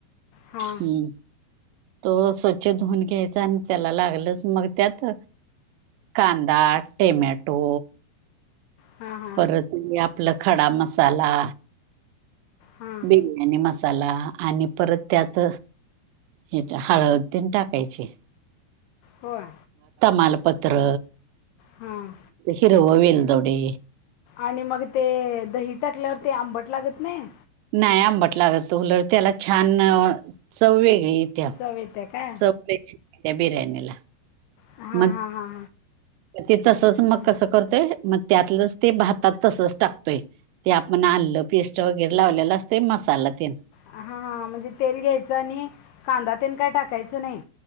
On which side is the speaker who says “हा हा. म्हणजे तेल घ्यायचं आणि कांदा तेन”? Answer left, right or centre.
Left